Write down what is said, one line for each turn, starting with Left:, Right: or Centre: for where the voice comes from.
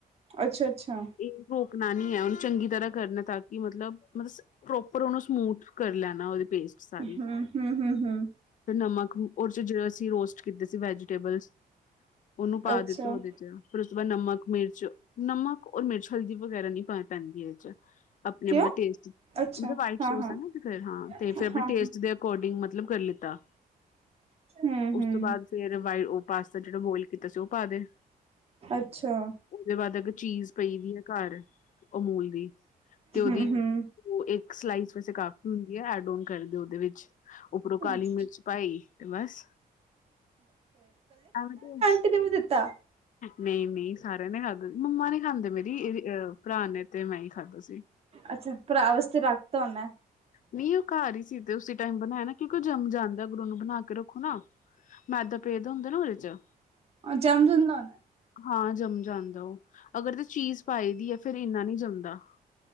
Right: ਅੱਛਾ ਅੱਛਾ
Left: ਇਹ ਰੋਕਣਾ ਨੀ ਐ। ਚੰਗੀ ਤਰ੍ਹਾਂ ਕਰਨਾ ਤਾਂ ਕਿ ਮਤਲਬ, ਮਤਲਬ ਪ੍ਰੋਪਰ ਉਹਨੂੰ ਸਮੂਥ ਕਰ ਲੈਣਾ ਓਦੀ ਪੇਸਟ ਸਾਰੀ
Right: ਹੂੰ, ਹੂੰ, ਹੂੰ, ਹੂੰ
Left: ਨਮਕ ਉਹਦੇ ਚ ਜਿਵੇ ਅਸੀਂ ਰੋਸਟ ਕੀਤੇ ਸੀ ਵੈਜੀਟੇਬਲ ਓਨੂੰ ਪਾ
Right: ਅੱਛਾ
Left: ਦਿੱਤਾ ਓਦੇ ਚ ਫਿਰ ਉਸ ਤੋਂ ਬਾਅਦ ਨਮਕ, ਮਿਰਚ, ਨਮਕ ਔਰ ਮਿਰਚ ਹਲਦੀ ਵਗੈਰਾ ਨੀ ਪਾਣੀ ਪੈਂਦੀ ਇਦੇ 'ਚ ਆਪਣੇ
Right: ਕਿਉਂ
Left: ਮਤਲਬ ਟੇਸਟ
Right: ਅੱਛਾ
Left: ਮਤਲਬ ਵਾਈਟ
Right: ਹਾਂ
Left: ਸੌਸ
Right: ਹਾਂ
Left: ਐ ਨਾ, ਹਾਂ ਤੇ ਫਿਰ ਆਪਣੇ
Right: ਹਾਂ
Left: ਟੇਸਟ ਦੇ ਅਕੋਰਡਿੰਗ ਮਤਲਬ ਕਰ ਲਿੱਤਾ।
Right: ਹੂੰ-ਹੂੰ
Left: ਉਸ ਤੋਂ ਬਾਅਦ ਫੇਰ ਵ ਉਹ ਪਾਸਤਾ ਜਿਹੜਾ ਬੋਇਲ ਕੀਤਾ ਸੀ ਉਹ ਪਾ ਦੇ
Right: ਅੱਛਾ।
Left: ਓਦੇ ਬਾਅਦ ਅਗਰ ਚੀਜ਼ ਪਈ ਦੀ ਐ ਘਰ ਅਮੂਲ ਦੀ ਤੇ ਉਹਦੀ
Right: ਹੂੰ-ਹੂੰ
Left: ਓਹ ਇੱਕ ਸਲਾਈਸ ਵੈਸੇ ਕਾਫੀ ਹੁੰਦੀ ਹੈ ਐਡ ੳਨ ਕਰਦੇ ਓਦੇ ਵਿੱਚ ਉੱਪਰੋਂ ਕਾਲੀ
Right: ਅੱਛਾ
Left: ਮਿਰਚ ਪਾਈ ਤੇ ਬਸ ਐਵੇ
Right: ਕਿਸੇ ਨੂ ਨਹੀ ਦਿੱਤਾ
Left: ਨਹੀਂ, ਨਹੀਂ ਸਾਰਿਆਂ ਨੇ ਖਾਧਾ ਮੰਮਾ ਨੀ ਖਾਂਦੇ ਮੇਰੀ ਅ ਭਰਾ ਨੇ ਤੇ ਮੈਂ ਹੀ ਖਾਧਾ ਸੀ।
Right: ਅੱਛਾ ਭਰਾ ਵਾਸਤੇ ਰੱਖ ਦਿਤਾ ਹੋਂਨਾ।
Left: ਨਹੀਂ ਉਹ ਘਰ ਈ ਸੀ ਤੇ ਉਸੇ ਟਾਈਮ ਬਣਾਆ ਨਾ ਕਿਉਂਕਿ ਉਹ ਜੰਮ ਜਾਂਦਾ ਓਨੂੰ ਬਣਾ ਕੇ ਰੱਖੋ ਨਾ ਮੈਦਾ ਪੇਇਆ ਹੁੰਦੇ ਨਾ ਓਦੇ ਚ
Right: ਜਮ ਜਾਂਦਾ ਹੋਣਾ।
Left: ਹਾਂ ਜੰਮ ਜਾਂਦਾ ਓਹ। ਅਗਰ ਤਾਂ ਚੀਜ਼ ਪਾਈ ਦੀ ਐ, ਫਿਰ ਇੰਨਾ ਨੀ ਜੰਮਦਾ।